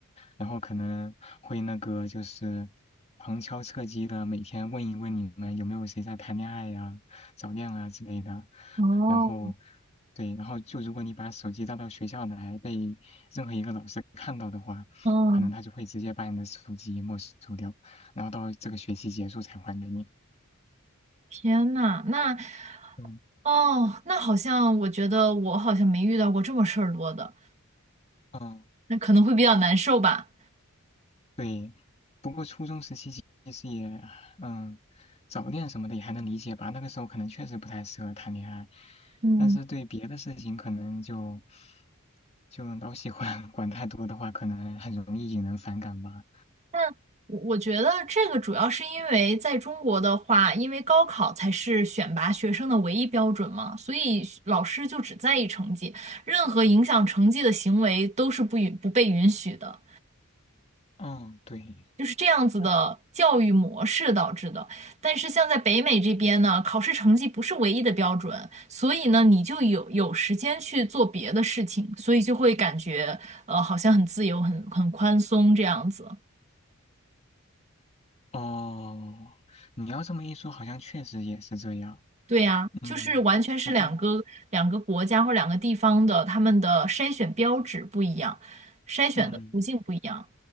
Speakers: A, on the left (about 30°); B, on the right (about 30°).
A: 然后可能会那个就是旁敲侧击的每天问一问你们有没有谁在谈恋爱呀、早恋啊之类的。
B: 哦
A: 然后对，然后就如果你把手机带到学校来，被任何一个老师看到的话，
B: 嗯
A: 可能他就会直接把你的手机没收掉，然后到这个学期结束才还给你。
B: 天呐，那
A: 嗯，
B: 哦，那好像我觉得我好像没遇到过这么事儿多的，
A: 嗯，
B: 那可能会比较难受吧。
A: 对，不过初中时期其实也，嗯，早恋什么的也还能理解吧。那个时候可能确实不太适合谈恋爱，
B: 嗯。
A: 但是对别的事情可能就就老喜欢 <laughs> 管太多的话，可能很容易引人反感吧。
B: 但我我觉得这个主要是因为在中国的话，因为高考才是选拔学生的唯一标准嘛，所以老师就只在意成绩，任何影响成绩的行为都是不允不被允许的，
A: 嗯，对，
B: 就是这样子的教育模式导致的。
A: 那
B: 但是像在北美这边呢，考试成绩不是唯一的标准，所以呢，你就有有时间去做别的事情，所以就会感觉呃好像很自由、很很宽松这样子。
A: 哦，你要这么一说，好像确实也是这样。
B: 对呀，
A: 嗯，
B: 就是完全是两个两个国家或两个地方的他们的筛选标准不一样，
A: 不过，
B: 筛选的途径不一样。
A: 嗯